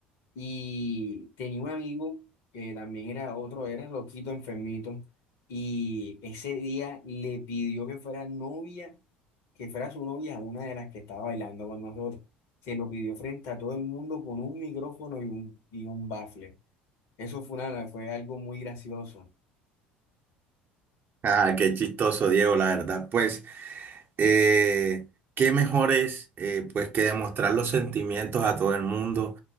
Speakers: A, on the left; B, on the right.
A: Y tenía un amigo que también era otro, era loquito, enfermito. Y ese día le pidió que fuera novia, que fuera su novia, una de las que estaba bailando con nosotros. Se lo pidió frente a todo el mundo con un micrófono y un, y un bafle. Eso fue, una, fue algo muy gracioso.
B: Ah, qué chistoso, Diego, la verdad. Pues. eh, qué mejor es eh, pues que demostrar los sentimientos a todo el mundo